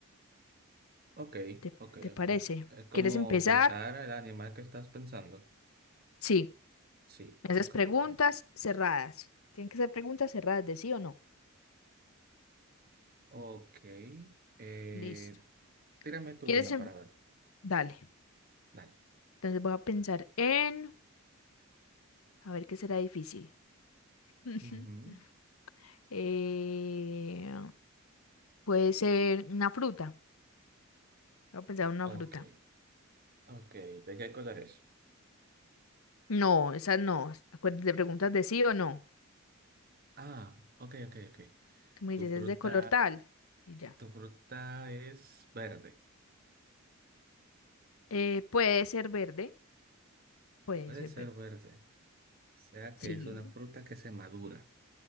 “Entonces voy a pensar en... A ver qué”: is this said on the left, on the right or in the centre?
Left